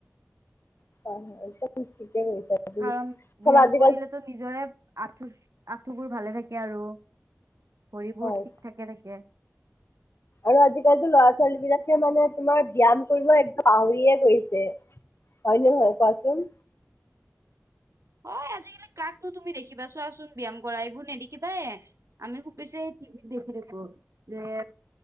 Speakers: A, on the left; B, on the right.
A: <unintelligible>
B: কাৰণ
A: চব
B: ব্যায়াম
A: আজিকালি
B: কৰিলেতো নিজৰে আঁঠু আঁঠুবোৰ ভালে থাকে আৰু। ভৰিবোৰ
A: হয়
B: ঠিক থাকে থাকে।
A: আৰু আজিকালিতো ল'ৰা ছোৱালী বিলাকে মানে তোমাৰ ব্যাম কৰিব এক- কাউৰিয়ে ধৰিছে হয় নহয় কোৱাচোন।
B: হয় আজিকালি কাকো তুমি দেখিবা চোৱাচোন ব্যায়াম কৰা এইবোৰ নেদেখিবা এ। আমি খুব বেছি বিজি থাকো যে।